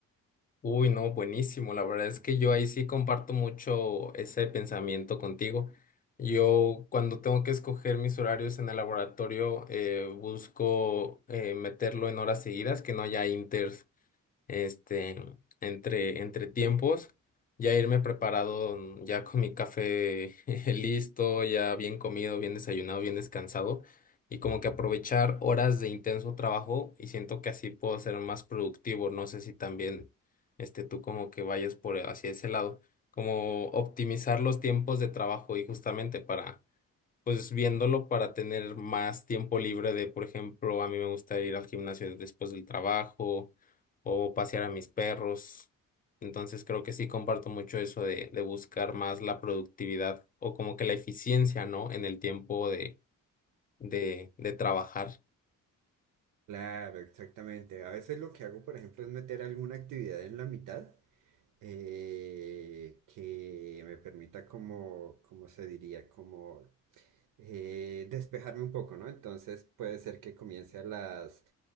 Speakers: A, on the left; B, on the right.
A: Uy, no, buenísimo. La verdad es que yo ahí sí comparto mucho ese pensamiento contigo. Yo cuando tengo que escoger mis horarios en el laboratorio, eh, busco eh, meterlo en horas seguidas, que no haya inter este, entre, entre tiempos, ya irme preparado, mm, ya con mi café <laughs> listo, ya bien comido, bien desayunado, bien descansado, y como que aprovechar horas de intenso trabajo y siento que así puedo ser más productivo. No sé si también este, tú como que vayas por hacia ese lado, como optimizar los tiempos de trabajo y justamente para pues viéndolo para tener más tiempo libre de, por ejemplo, a mí me gusta ir al gimnasio después del trabajo o pasear a mis perros. Entonces creo que sí comparto mucho eso de, de buscar más la productividad o como que la eficiencia, ¿no? En el tiempo de, de, de trabajar.
B: Claro, exactamente. A veces lo que hago, por ejemplo, es meter alguna actividad en la mitad eh, que me permita como, como se diría, como eh, despejarme un poco, ¿no? Entonces puede ser que comience a las